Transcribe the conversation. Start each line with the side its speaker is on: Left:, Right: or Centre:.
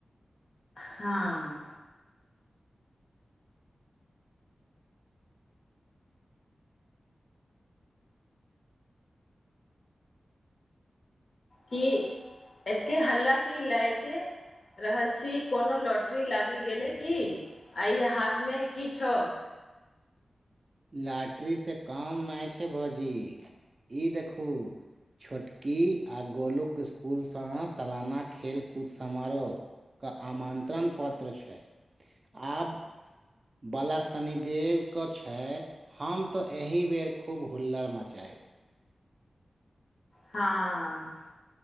Left: हँ की एते हल्ला की लएकेँ रहल छी कोनो लॉटरी लागि गेलै की आइ हाथमे की छौ
Right: लाटरी से काम नहि छै भौजी ई देखहूँ छोटकी आ गोलुक इस्कूलसँ सालाना खेलकूद समारोह कऽ आमंत्रण पत्र छै आब बाला शनिदेव कछ छैे हम तऽ एहि बेर खूब हुल्लर मचाएब
Left: हँ